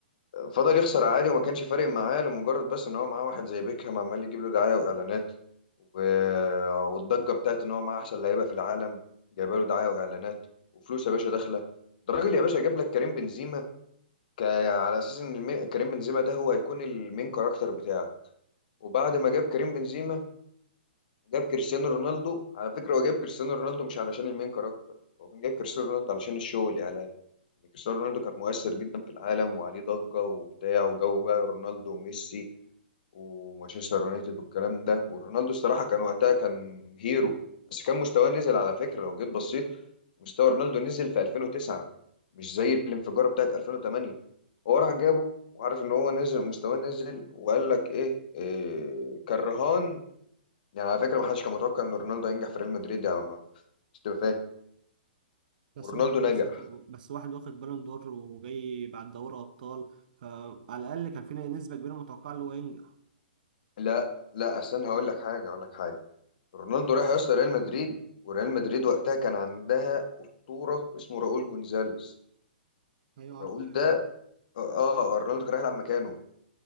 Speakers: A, on the left; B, on the right.
A: فضل يخسر عادي وما كانش فارق معاه لمجرد بس ان هو معاه واحد زي بيكهام عمال يجيب له دعاية واعلانات و... والضجة بتاعت ان هو معاه احسن لعيبة في العالم جايبه له دعاية واعلانات وفلوس يا باشا داخلة ده راجل يا باشا جاب لك كريم بنزيما ك... على اساس ان المي... كريم بنزيما ده هو هيكون المين كاركتر بتاعك وبعد ما جاب كريم بنزيما جاب كريستيانو رونالدو على فكرة هو جاب كريستيانو رونالدو مش علشان المين كاركتر هو كان جاب كريستيانو رونالدو علشان الشو والإعلام يعني كريستيانو رونالدو كان مؤثر جدا في العالم وعليه ضجة وبتاع وجو بقى رونالدو وميسي ومانشستر يونايتد والكلام ده ورونالدو الصراحة كان وقتها كان هيرو بس كان مستواه نزل على فكرة لو جيت بصيت مستوى رونالدو نزل في 2009 مش زي الانفجارة بتاعت 2008 هو راح جابه وعارف ان هو نزل مستواه نزل وقال لك ايه, إيه كان رهان يعني على فكرة ما حدش كان متوقع إن رونالدو ينجح في ريال مدريد يعني ما مش تبقى فاهم
B: بس
A: ورونالدو
B: واحد
A: نجح
B: بس واحد واخد بالون دور وجاي بعد دوري ابطال فعلى الاقل كان في نسبه كبيره متوقعه ان هو ينجح
A: لا لا أستنى هقول لك حاجة هقول لك حاجة رونالدو راح يوصل ريال مدريد وريال مدريد وقتها كان عندها أسطورة اسمه راؤول جونزاليس
B: ايوه عارف
A: راؤول
B: اللاعب
A: ده
B: ده
A: آه آه، رونالدو كان رايح يلعب مكانه